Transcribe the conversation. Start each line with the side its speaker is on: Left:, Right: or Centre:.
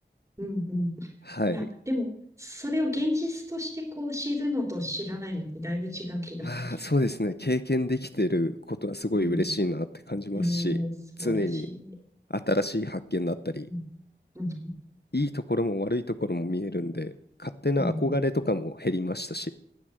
Right: うん、うん。
Left: はい。
Right: いや、でも、それを現実としてこう知るのと知らないのってだいぶ違う気がする。
Left: まあそうですね。経験できてることはすごい嬉しいなって感じますし、
Right: うんねえ、素晴らしい。
Left: 常に新しい発見だったり、
Right: うん、うん、
Left: いいところも悪いところも見えるんで、勝手な憧れとかも減りましたし、
Right: うん、うん。